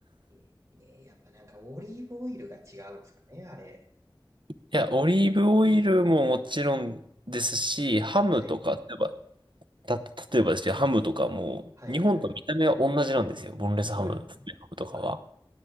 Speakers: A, on the right; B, on the right.
A: い。ねえやっぱなんかオリーブオイルが違うんですかね、あれ。
B: いや、オリーブオイルももちろんですし、ハムとか、
A: はい。
B: やっぱた例えばですけど、ハムとかも、
A: はいはいはい。
B: 日本と見た目は同じなんですよ。ボンレスハム、
A: はい。
B: フライハムとかは。
A: はい。